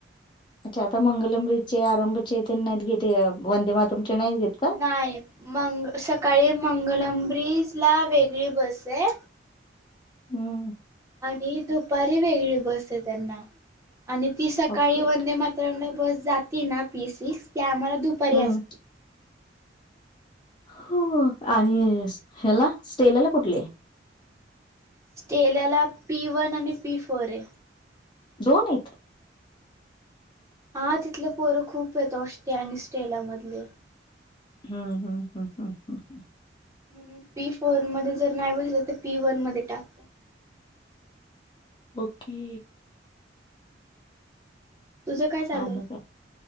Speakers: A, on the left; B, on the right.
A: अच्छा आता मंगलब्रीचे आरंभचे ते नाहीत घेते वंदे मातुमचे नाहीत घेत का
B: नाही मंग सकाळी मंगलंब्रीज ला वेगळी बस आहे
A: हम्म
B: आणि दुपारी वेगळी बस आहे त्यांना आणि ती सकाळी
A: ओके
B: वंदे मात तरमुळे बस जाते ना पी सिक्स त्या आम्हाला दुपारी
A: हम्म
B: असते
A: हो आणि ह्याला स्टेलला कुठली
B: स्ट्रेलला पी वन आणि पी फोर आहे
A: दोन आहेत
B: हा तिथले पोरं खूप येत ऑ आणि स्टेला मधले
A: हम् हम हम हम ह ह
B: म्हणून पी फोर मध्ये जर नाही बसल तर पी वन मध्ये टाक
A: ओके
B: तुझं काय चालू
A: पाण
B: आहे?
A: का